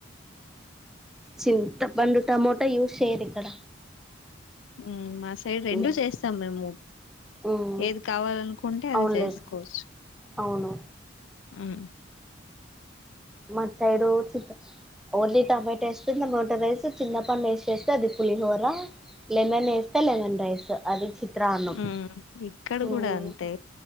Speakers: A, in the centre; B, on the left.
A: చింత పండు టమోటా యూస్ చేయరు ఇక్కడ
B: ఉ మత ఒక సైడ్ రెండు
A: మ్మ్
B: చేస్తాం మేము
A: మ్మ్
B: ఏది కావాలనుకుంటే అది
A: అవునులే
B: చేసుకోవచ్చు
A: అవును
B: ఆ
A: మా సైడు చింత ఓన్లీ టమేటో ఎస్త బటర్ రైస్ చిన్నప్పనే ఎస్ వస్తే అది పులిహోర లెమన్ ఏస్తే లెమన్ రైస్ అది చిత్రానం
B: ఉమ్ ఇక్కడ
A: ఉఉ
B: కూడా అంతే